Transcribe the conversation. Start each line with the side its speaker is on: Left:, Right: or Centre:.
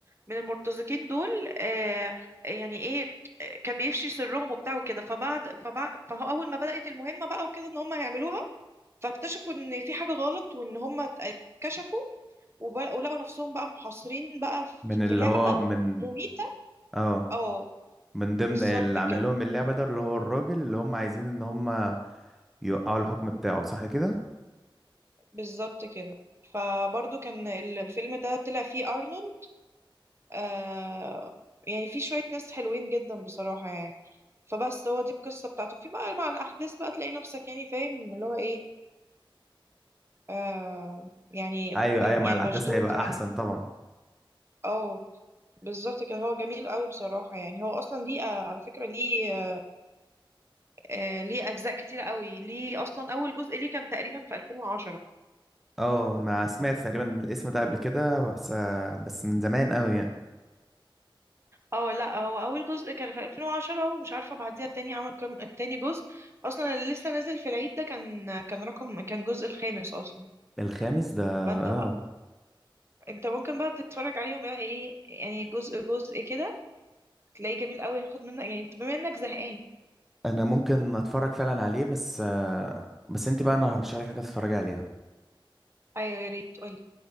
Right: من المرتزقين دول آه يعني ايه آه، كان بيفشي سرهم وبتاع وكده فبعد فبعد فاول ما بدأت المهمة بقى وكده ان هم هيعملوها فاكتشفوا ان في حاجة غلط وان هم اتكشفوا وب- ولقوا نفسهم بقى محاصرين بقى في
Centre: من اللي
Right: في لعبة
Centre: هو من
Right: مميتة
Centre: اه
Right: اه
Centre: من ضمن
Right: بالظبط
Centre: اللي
Right: كده
Centre: عامل لهم اللعبة ده اللي هو الراجل اللي هم عايزين ان هم يوقعوا الحكم بتاعه صح كده
Right: بالظبط كده فبرضو كان الفيلم ده طلع فيه أرنولد آه يعني فيه شوية ناس حلوين جدا بصراحة يعني فبس هو دي القصة بتاعته في بقى مع الأحداث بقى تلاقي نفسك يعني فاهم اللي هو إيه آه يعني
Centre: ايوه ايوه مع
Right: يعني
Centre: الاحداث
Right: مشدود
Centre: هيبقى
Right: يعني
Centre: احسن طبعا
Right: اه بالظبط كده هو جميل قوي بصراحة يعني هو أصلا ليه آه، على فكرة ليه آه ليه أجزاء كتيرة قوي ليه أصلا أول جزء ليه كان تقريبا في 2010
Centre: اه انا سمعت تقريبا الاسم ده قبل كده بس آه، بس من زمان قوي يعني
Right: اه لا هو أول جزء كان في 2010 ومش عارفة بعديها تاني عمل كام تاني جزء أصلا اللي لسه نازل في العيد ده كان كان رقم كان جزء الخامس أصلا
Centre: الخامس ده
Right: فأنت
Centre: اه
Right: بقى أنت ممكن بقى تتفرج عليهم بقى إيه يعني جزء جزء كده تلاقيه جميل قوي هاخد منك يعني انت بما انك زهقان
Centre: انا ممكن اتفرج فعلا عليه بس آه بس انت بقى انا هرشح لك حاجه تتفرجي عليها
Right: ايوه يا ريت قولي